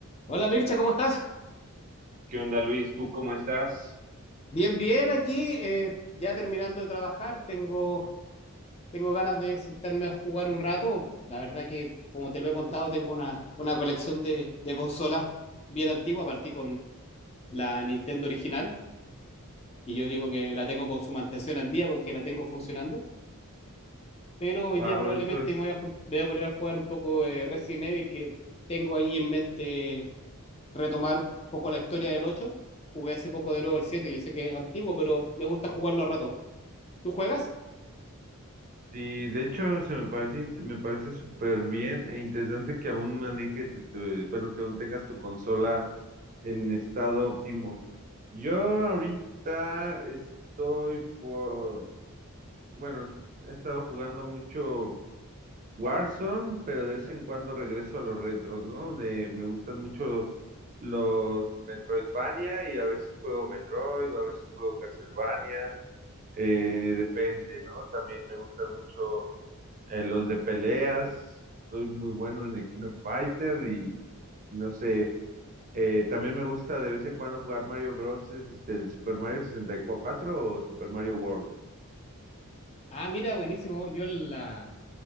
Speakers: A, on the left; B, on the right.
A: Hola Mircha, ¿cómo estás?
B: ¿Qué onda, Luis? ¿Tú cómo estás?
A: Bien, bien aquí, eh, ya terminando de trabajar, tengo, tengo ganas de sentarme a jugar un rato. La verdad que, como te lo he contado, tengo una, una colección de, de consolas bien antigua, partí con la Nintendo original, que yo digo que la tengo con su mantención al día porque la tengo funcionando, pero hoy
B: Wow,
A: día probablemente
B: eso es.
A: me voy a, jun- me voy a poner a jugar un poco de Resident Evil, que tengo ahí en mente retomar un poco la historia del 8. Jugué hace poco de nuevo el siete yo sé que es antiguo, pero me gusta jugarlo a rato. ¿Tú juegas?
B: Sí, de hecho, se me parece, int- me parece súper bien e interesante que aún manejes, este, bueno, que aún tengas tu consola en estado óptimo. Yo ahorita estoy por, bueno, he estado jugando mucho Warzone, pero de vez en cuando regreso a los retros, ¿no? De, me gustan mucho los Metroidvania y a veces juego Metroid, a veces juego Castlevania. Eh, depende, ¿no? También me gustan mucho eh, los de peleas. Soy muy bueno en el King of Fighter y, y no sé. eh, también me gusta de vez en cuando jugar Mario Bros. es, Este, el Super Mario 64 o Super Mario World.
A: Ah, mira, buenísimo. Yo la,